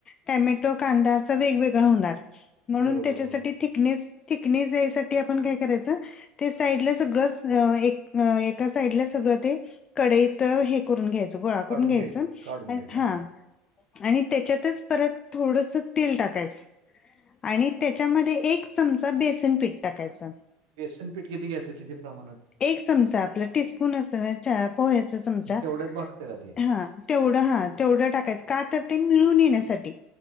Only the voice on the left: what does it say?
टमॅटो कांदा अस वेगवेगळ होणार म्हणून
त्यासाठी
थिकनेस-थिक. कीनेस जायसाठी आपण काय करायचं? ते साईडला सगळं स एक अ एका साईडला सगळं ते. कडई त हे करून घ्यायचं गोळा
करून घ्यायचं
हा.
आणि त्याच्यातच परत थोडस तेल टाकायच. आणि त्याच्यामध्ये एक चमचा बेसन पीठ टाकायचं.
एक चमचा आपला टीस्पून असत ना चा पोह्याचा चमचा
हा. तेवढं हा तेवढं टाकायचं का तर ते मिळून येण्यासाठी.